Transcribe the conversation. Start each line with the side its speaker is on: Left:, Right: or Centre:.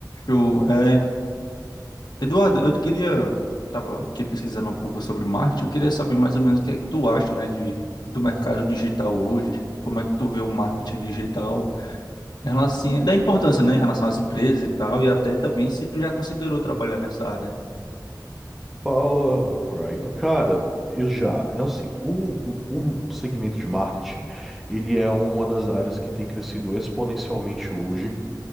Left: Show. É, Eduardo, eu queria, estava aqui pesquisando um pouco sobre marketing, eu queria saber mais ou menos o que é que tu acha, né, de, do mercado digital hoje, como é que tu vê o marketing digital, em relação, assim, da importância, né, em relação às empresas e tal, e até também se tu já considerou trabalhar nessa área.
Centre: Fala, Ryan. Cara, eu já, é assim, O um segmento de marketing, ele é uma das áreas que tem crescido exponencialmente hoje